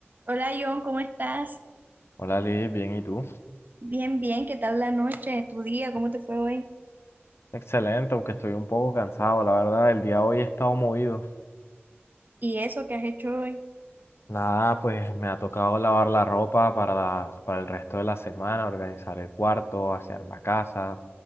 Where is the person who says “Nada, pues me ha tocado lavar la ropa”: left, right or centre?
Left